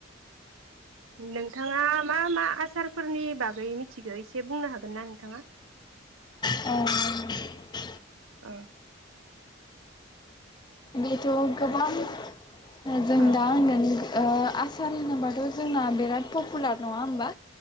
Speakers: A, on the right; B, on the left.
A: नोंथाङा मा मा आसारफोरनि नि बागै मिथि एसे बुंनो हागोन ना नोंथाङा?
B: अह <unintelligible>
A: ओ
B: बेथ गोबां ओ जों
A: औ
B: दा होनगोन ओ आसार होनोबाथ जोंना बिराद पपुलार नङा होमबा